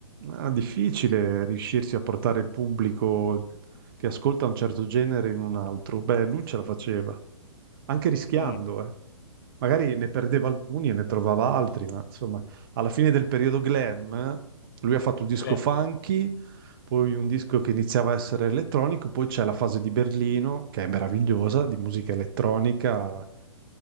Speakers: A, on the right; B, on the left.
A: Ah, difficile riuscirsi a portare il pubblico che ascolta un certo genere in un altro. Beh, lui ce la faceva, anche rischiando,
B: Mm,
A: eh. Magari ne perdeva alcuni e ne trovava altri, ma insomma, alla fine del periodo glam, eh, lui ha fatto un disco
B: sì, I
A: funky, poi un disco che iniziava a essere elettronico, poi c'è la fase di Berlino, che è meravigliosa, di musica elettronica